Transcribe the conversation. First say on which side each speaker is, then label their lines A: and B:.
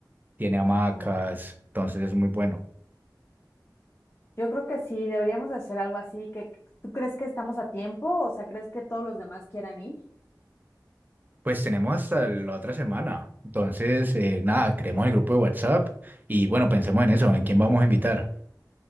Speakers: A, on the right; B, on the left.
A: tiene hamacas,
B: ajá.
A: entonces es muy bueno.
B: Yo creo que sí, deberíamos de hacer algo así. Que, ¿tú crees que estamos a tiempo? O sea, ¿crees que todos los demás quieran ir?
A: Pues tenemos hasta la otra semana. Entonces, eh, nada, creemos el grupo de WhatsApp y bueno, pensemos en eso, en quién vamos a invitar.